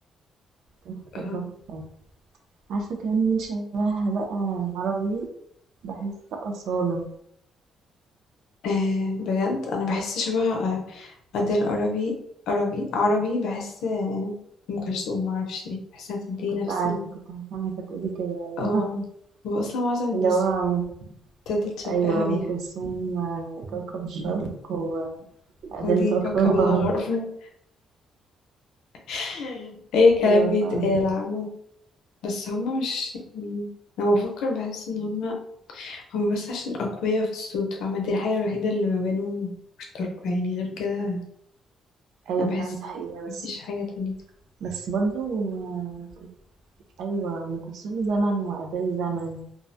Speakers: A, on the right; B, on the left.
A: تحفة
B: آه،
A: تحفة عارفة كمان مين شبهها بقى عربي بحس أصالة
B: آه، بجد انا بحس شبه آه، اديل عربي عربي عربي بحس آه، ام كلثوم معرفش ليه بحسها تدي
A: كنت
B: نفس
A: عارفة
B: ال
A: كنت عارفة انك هتقولي كده أيوة.
B: اه واصلا معظم
A: <laughs>
B: الناس
A: اللي هو أم-
B: بتفضل تشبهها
A: أيوة أم
B: بيها
A: كلثوم آه، كوكب الشرق وأديل
B: ودي
A: كوكب
B: كوكب
A: الغرب
B: الغرب <laughs> اي كلام
A: أيوة
B: بيتقال
A: فعلا
B: عامة بس هما مش يعني لما بفكر بحس ان هما هما بس عشان اقوياء في الصوت فاهمة دي الحاجة الوحيدة اللي ما بينهم مشتركة يعني غير كده
A: أيوة
B: انا بحس
A: فعلا دي حقيقة
B: مفيش
A: بس
B: حاجة تانية
A: بس برضو آه، أيوة أم كلثوم زمن وأديل زمن